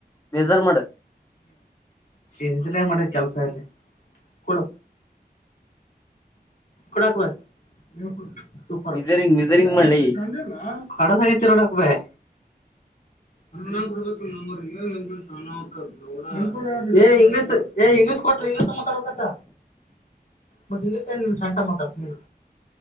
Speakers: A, on the left; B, on the left.
A: ಮೆಜರ್ ಮಾಡ್
B: ಎಂಜ ಮಾಡಿದ ಕೆಲ್ಸ ಎಲ್ಲಿ ಕೊಡ ಕೊಡಕ್ವಾ <inaudible> ಸೂಪರ್ಡಸಗ
A: ಮಿಜರಿಂಗ್ ಮಿಜರಿಂಗ್ ಮಾಡ್ಲಿ
B: <unintelligible> ತಿರೋಡಾಕ್ಬೇಕ ಕನ್ನಡ ಕೊಡಬೇಕಿಲ್ಲೊ ಮಾರಯ್ ಏನ ಇಂಗ್ಲಿಷ್ ಅನಾಹುತ ಏ ಇಂಗ್ಲಿಷ್ ಕೊಟ್ರ ಇಂಗ್ಲಿಷ್ ಮಾತಾಡ್ಬೇಕಂತ ಬಟ್ ಇಂಗ್ಲಿಷ್ ಏನ ಶೆಟ್ ಮಾತಾಡತಿ ನಿನ